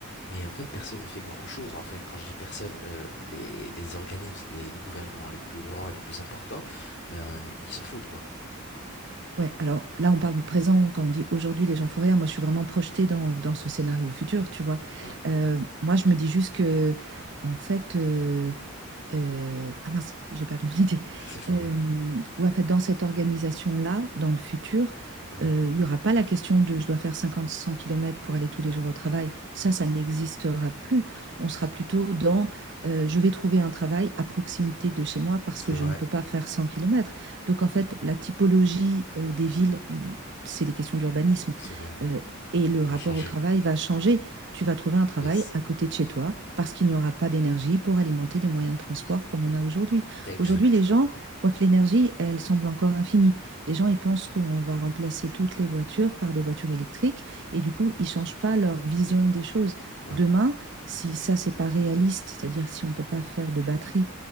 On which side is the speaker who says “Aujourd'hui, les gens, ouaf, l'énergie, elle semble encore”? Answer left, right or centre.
Right